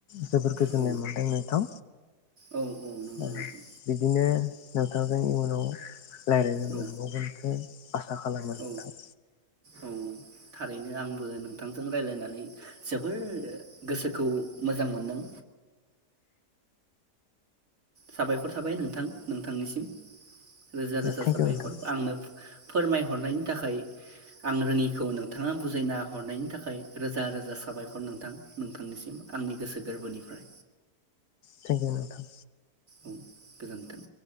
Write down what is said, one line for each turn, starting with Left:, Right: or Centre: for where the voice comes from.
Left: जोबोर गोजोननाय
Right: औ
Left: मोनदों नोंथां
Right: औ औ नंगौ
Left: ओ
Right: नोंथां
Left: बिदिनो नोंथांजों इयुनाव रायलायनो
Right: औ
Left: मोनबावगोनखो आसा खालामो नोंथां
Right: औ औ थारैनो आंबो नोंथांजों रायलायनानै जोबोर गोसोखौ मोजां मोन्दों। साबायखर थाबाय नोंथां नोंथा थांनिसिम रोजा रोजा
Left: थेंक
Right: साबायखर
Left: इउ नोंथां
Right: आंनो फोरमायहरनायनि थाखाय आं रोङिखौ नोंथाङा बुजायना हरनायनि थाखाय रोजा रोजा साबायखर नोंथां नोंथांनिसिम आंनि गोसो गोर्बोनिफ्राय।
Left: थेंक इउ नोंथां।
Right: औ गोजोन्थों।